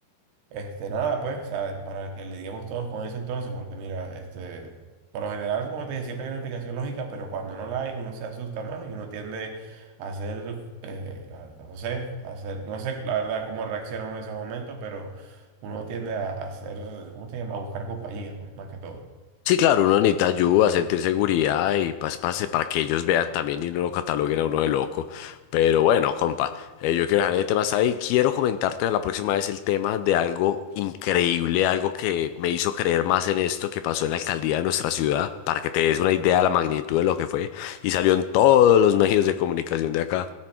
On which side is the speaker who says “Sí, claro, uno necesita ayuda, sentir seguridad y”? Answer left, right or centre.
Left